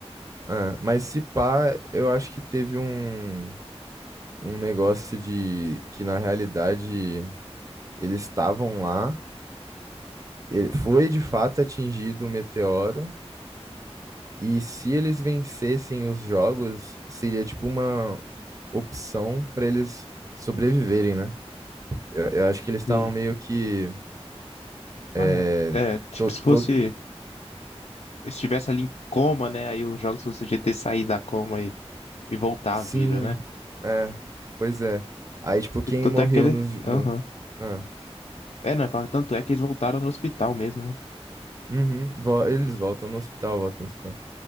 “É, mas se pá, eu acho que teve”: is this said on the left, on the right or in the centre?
Right